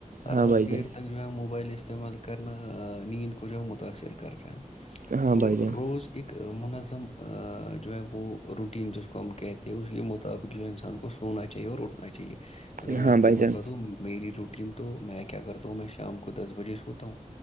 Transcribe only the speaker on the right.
ہاں
بھائی
جان
ہاں
بھائی جان
ہاں
بھائی
جان